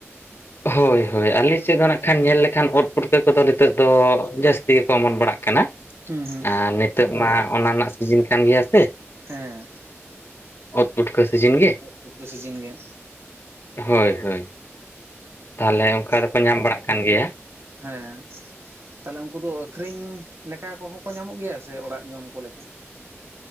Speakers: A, on the left; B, on the right.
A: ᱦᱳᱭ ᱦᱳᱭ ᱟᱞᱮ ᱥᱮᱫ ᱫᱚ ᱱᱟᱜ ᱠᱷᱟᱱ ᱦᱚᱭ ᱦᱚᱭ ᱟᱞᱮ ᱥᱮᱱ ᱫᱚ ᱱᱟᱜ ᱠᱷᱟᱱ ᱧᱮᱞ ᱞᱮᱠᱷᱟᱱ ᱩᱫ ᱯᱩᱴᱠᱟᱹ ᱠᱚᱫᱚ ᱱᱤᱛᱚᱜ ᱫᱚ ᱡᱟᱹᱥᱛᱤ ᱜᱮᱠᱚ ᱚᱢᱚᱱ ᱵᱟᱲᱟᱜ ᱠᱟᱱᱟ
B: ᱦᱩᱸ ᱦᱩᱸ
A: ᱟᱨ ᱱᱤᱛᱳ ᱢᱟ ᱚᱱᱟ ᱨᱮᱱᱟᱜ ᱥᱤᱡᱤᱱ ᱠᱟᱱ ᱜᱮᱭᱟ ᱥᱮ
B: ᱦᱮᱸ
A: ᱩᱫ, ᱯᱩᱴᱠᱟᱹ ᱥᱤᱡᱤᱱ ᱜᱮ
B: ᱩᱫ ᱯᱩᱴᱠᱟᱹ ᱥᱤᱡᱤᱱ ᱜᱮ
A: ᱦᱳᱭ ᱦᱳᱭ ᱛᱟᱦᱚᱞᱮ ᱚᱱᱠᱟ ᱫᱚᱠᱚ ᱧᱟᱢ ᱵᱟᱲᱟᱜ ᱠᱟᱱ ᱜᱮᱭᱟ
B: ᱦᱮᱸ ᱛᱟᱦᱚᱞᱮ ᱩᱱᱠᱩ ᱫᱚ ᱟᱹᱠᱷᱨᱤᱧ ᱞᱮᱠᱟ ᱠᱚᱦᱚᱸ ᱠᱚ ᱧᱟᱢᱚᱜ ᱜᱮᱭᱟ ᱥᱮ ᱚᱲᱟᱜ ᱡᱚᱢ ᱠᱚ ᱞᱮᱠᱟ